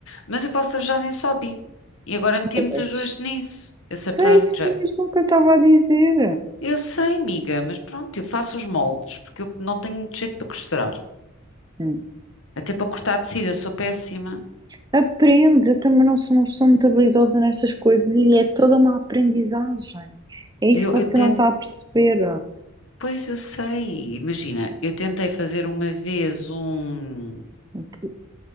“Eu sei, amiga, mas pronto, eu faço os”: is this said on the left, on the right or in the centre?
Left